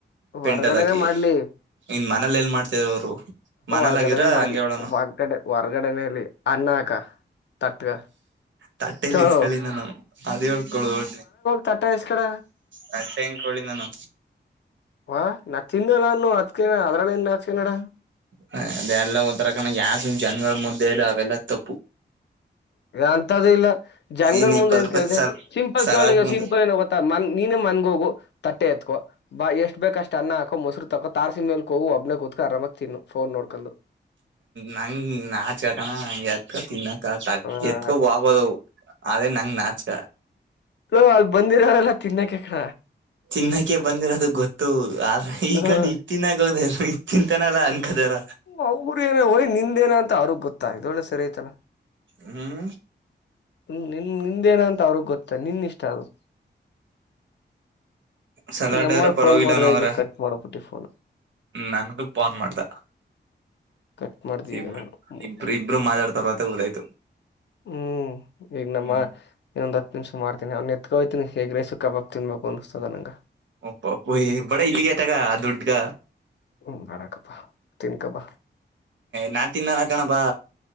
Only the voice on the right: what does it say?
ಪೆಂಟಲ್ ಹಾಕಿ
ಇನ್ ಮನೇಲಿ ಎಲ್ ಮಾಡ್ತರ ಅವರು ಮನೇಲಾಗಿದ್ರ
ಹಂಗೆ ಹೇಳೋನು
ತಟ್ಟೆೆಯಲ್ಲಿ
ಇಸ್ಕಳಿ ನಾನು ಅದೇ ಹೊಡ್ಕೊಳ್ಳುದು ಒ
ಕಲ್ಸ ಹೆಂ ಕಳಿ ನಾನು
ಹ ಅದೆ ಎಲ್ಲ ಒಥರ ಕಣ ಯಾಸ್ ಜನಗಳ ಮುದ್ದೆಲ್ಲ ಅವೆಲ್ಲ ತಪ್ಪು
ಇನ್
ಇಪ್ಪತ್
ರೂಪಾಯಿ
ಸಾಲ್
ಸಲಾಡ್
ಬಂದು
ನಂಂಗ್ ನಾಚಕಣ ಹಂಗಗೆ ಅತ್ ತಿನ್ನ
ಎತ್ಕೋ ಬಬದು ಅದೇ ನಂಗ ನಾಚಕ
ತಿನ್ನಕ್ಕೆೆ ಬಂದಿರೋದು ಗೊತ್ತು ಆದ್ರ ಈ
ಕಂಡ್ ಇ ತಿನ್ನಾಕದ ಚಿಂತನಾರ ಅನ್ಕದಾರ
ಹ್ಮ್
ಸಲಾಡ್
ಆದ್ರ ಪರವಾಗಿಲ್ಲ
ನ ಅವರ
ನನ್ಗು ಫೋನ್ ಮಾಡ್ದ
ಇಬ್ರು
ಇಬ್ರು ಇಬ್ರು ಮಾತಾಡ್ತಾರ ಅಂತ ಓದಾಯ್ತು
ಹ್ಮ್
ಅಪ್ಪ ಅಪ್ಪುಯ ಬಡ ಇಲ್ಲಿಗ ತಗ ದುಡ್ಗ
ನಾ ತಿನ್ನಲ್ಲ ಕಣ ಬಾ